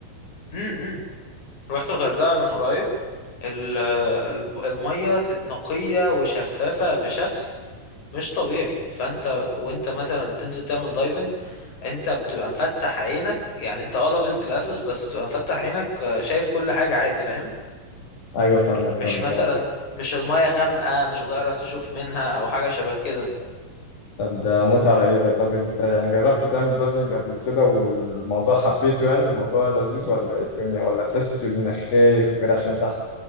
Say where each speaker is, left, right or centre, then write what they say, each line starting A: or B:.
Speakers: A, on the left; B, on the left.
A: امم روحت الغردقة من قريب ال- ال- المية ت- نقية وشفافة بشكل مش طبيعي فانت وانت مثلا تنزل تعمل دايفنج انت بتبقى مفتح عينك يعني انت اه لابس جلاسز بس بتبقى مفتح عينك آه، شايف كل حاجة عادي فاهم
B: ايوه فاهمك
A: مش
B: طب
A: مثلا مش المية غامقة مش هتعرف تشوف منها او حاجة شبه كده
B: طب ده متعه رهيبه طب انت يعني جربت تعمل دايفنج قبل كده والموضوع حبيته يعني الموضوع لذيذ ولا ايه الدنيا ولا تحس انك خايف وكده عشان تحت